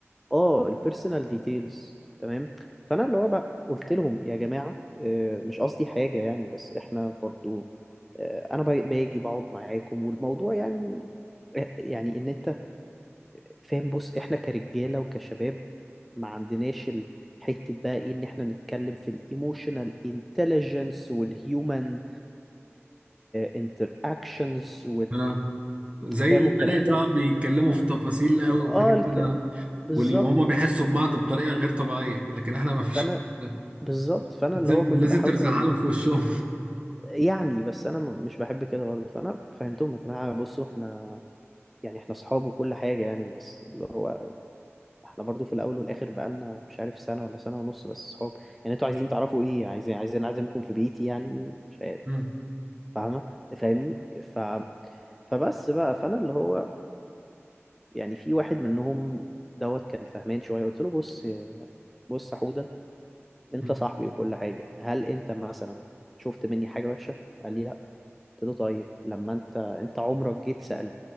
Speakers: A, in the centre; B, on the right (about 25°).
A: آه البيرسونال ديتيلز تمام فانا اللي هو بقى قلت لهم يا جماعه آه مش قصدي حاجه يعني بس احنا برضو آه انا باجي باجي بقعد معاكم والموضوع يعني آه، يعني ان انت فاهم بص احنا كرجاله وكشباب ما عندناش ال- حته بقى ايه ان احنا نتكلم في الايموشنال انتليجنس والهيومن انتر اكشنز
B: اه زي
A: فاهموا
B: البنات
A: الكلام ده
B: اه بيتكلموا في تفاصيل قوي وحاجات
A: اه الك...
B: كده
A: بالظبط
B: واللي هم بيحسوا ببعض بطريقة غير طبيعية لكن احنا ما فيش
A: فانا
B: ده.
A: بالظبط فانا
B: لازم
A: اللي هو كنت
B: لازم
A: بحاول
B: ترزعها
A: اقول
B: لهم في وشهم
A: يعني بس انا م- مش بحب كده برضه فانا فهمتهم يا جماعه بصوا احنا يعني احنا اصحاب وكل حاجه يعني بس اللي هو احنا برضه في الاول والاخر بقالنا مش عارف سنه ولا سنه ونص بس اصحاب يعني انتوا عايزين تعرفوا ايه عايزين عايزين اعزمكم في بيتي يعني مش عارف
B: <laughs> مم.
A: فاهمه فاهمني ف فبس بقى فانا اللي هو يعني في واحد منهم دوت كان فهمان شويه قلت له بص بص يا حوده انت
B: مم.
A: صاحبي وكل حاجة هل انت مثلا شفت مني حاجة وحشة قال لي لا قلت له طيب لما انت انت عمرك جيت سألت